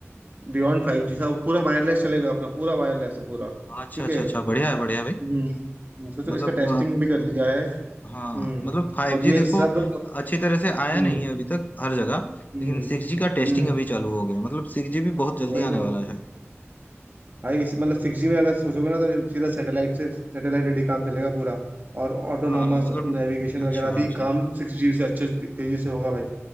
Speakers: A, on the right; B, on the left.
A: बियॉन्ड फाइव जी साहब पूरा वायरलेस चलेगा अपना पूरा वायरलेस है पूरा
B: अच्छा
A: ठीक
B: अच्छा
A: है
B: अच्छा बढ़िया है बढ़िया है भाई
A: हम्म हम्म, सोचो
B: मतलब
A: इसका टेस्टिंग भी कर लिया है
B: अ, हाँ
A: हम्म
B: मतलब फाइव
A: और
B: जी
A: ये
B: देखो
A: सब
B: अच्छी तरह से आया
A: हम्म
B: नहीं है अभी तक हर जगह
A: हम्म
B: लेकिन सिक्स जी का टेस्टिंग
A: हम्म
B: अभी चालू हो गया मतलब सिक्स जी भी बहुत जल्दी
A: वही तो
B: आने वाला है
A: भाई इस, मतलब सिक्स जी में अगर सोचोगे ना तो सीधा सैटेलाइट से सैटेलाइट रेडी काम चलेगा पूरा और ऑटोनोमस
B: हाँ मतलब
A: नेविगेशन
B: अच्छा
A: वगैरह भी
B: अच्छा
A: काम सिक्स जी से अच्छे से- तेजी से होगा भाई